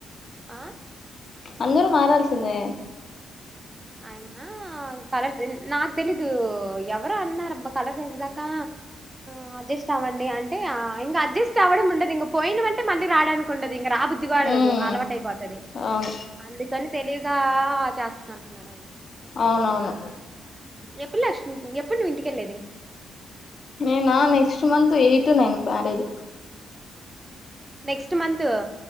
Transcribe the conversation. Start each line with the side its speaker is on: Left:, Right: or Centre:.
Right: ఆ
Left: అందరూ మారాల్సిందే
Right: అయనా కల నాకు తెలీదు ఎవరు అన్నార అబ్బా కలసేసదాకా ఆ అడ్జస్ట్ అవ్వండి అంటే ఇంకా అడ్జస్ట్ అవ్వడం ఉండదు ఇంక పోయిన అంటే మళ్కి రావడానికి ఉండదు ఇంక రా బుద్ధది వాడ కదు
Left: ఉమ్
Right: అలవాటు అయిపోతుంది
Left: అవును
Right: అందుకని తెలియవిగా చేస్తున్నాను న్నాడయినా
Left: అవునవును
Right: ఎప్పుడు లక్ష్మి ఎప్పుడు నువ్వు ఇంటికెళ్ళేది
Left: నేనా next month eight nine marriage
Right: next month